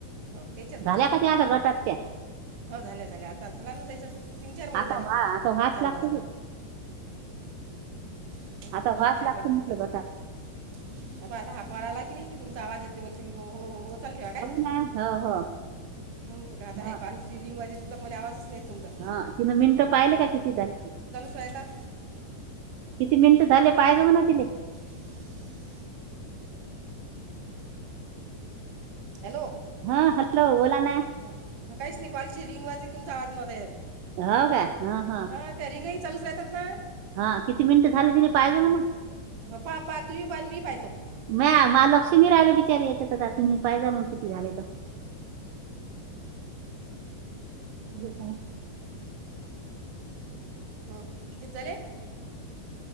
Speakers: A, on the right; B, on the right.
A: हां त्याच्याच
B: झाल्या
A: गटात आहे
B: का त्या अँड गटात त्या?
A: हो झाल्या झाल्या. आता झाला ना त्याच्या तीन चार महिने
B: आता
A: झाले,
B: व्हा आता व्हाच
A: चालू
B: लागते
A: झाला
B: की
A: गट. म
B: आता
A: तीन
B: व्हाच
A: चार
B: लागते
A: महिने झाले
B: म्हटलं
A: चालू
B: गटात
A: हाय गट. अब आता हाक माराला कणी, की तुमचा आवाज येत नई मग तुम्ही हो हो हो हो चालू ठेवा काय.
B: ना हो हो
A: हम्म खर आता
B: हा
A: हे कॉलची रिंग वाजते मला आवाजच नई येत. तुमचा
B: हा तिनं मिनटं पाहिले का किती झाले?
A: तो येतात.
B: किती मिनिटं झाले पायजाऊन ना तिले?
A: <unintelligible> हॅलो,
B: हा हॅलो बोला ना
A: ह काहीच नाही, कॉल ची रिंग वाजली तुमचा आवाज नव्हता येत.
B: हा काय, हा हा.
A: हां त्या रिंगही चालूच राहतात ना.
B: हा किती मिनटं झाल, तिला पाहिलं म्हणा.
A: हो पा पा तुम्ही पा आणि मी पाहतो
B: म्या, महालक्ष्मी राहिला बिचारे याच्यात जा तुम्ही पाहिजे जा किती घालायचे. जे पण
A: हम्म. किती झाले?